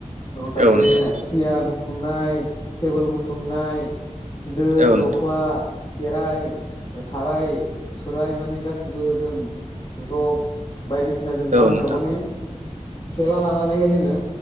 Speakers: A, on the left; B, on the right.
A: अ गासे
B: औ नोंथां
A: सियार बुथुमनाय टेबोल बुथुमनाय। दो
B: औ नोंथां
A: दख्ला। खेराय साराय सुराय माने गासिबो जों जग। बायदिसिना जों गामियाव
B: औ नोंथां
A: माने थेला लानानैहाय जोङो।